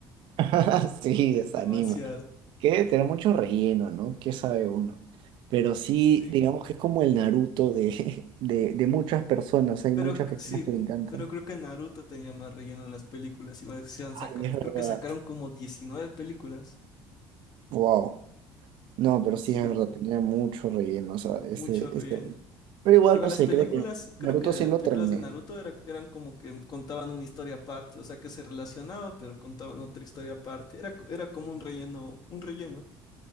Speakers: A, on the right (about 70°); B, on the left (about 50°).
A: <laughs> Sí,
B: <laughs>
A: desanima.
B: Demasiado.
A: que debe tener mucho relleno, ¿no? ¿Qué sabe uno? Pero sí,
B: Sí.
A: digamos que es como el Naruto de, <laughs> de, de muchas personas. Hay
B: Pero
A: muchas personas
B: sí,
A: que le encantan.
B: pero creo que Naruto tenía más relleno en las películas. Igual que se han
A: Ay,
B: saca- creo
A: es verdad.
B: que sacaron como 19 películas.
A: Wow. No, pero sí
B: Sí,
A: es verdad, tenía mucho relleno, o sea, ese,
B: mucho relleno.
A: ese... Pero igual,
B: Igual
A: no sé,
B: las películas,
A: creo que
B: creo
A: Naruto
B: que de
A: sí
B: las
A: lo
B: películas
A: terminé.
B: de Naruto era- eran como que contaban una historia aparte, o sea que se relacionaba, pero contaban otra historia aparte. Era, co- era como un relleno, un relleno.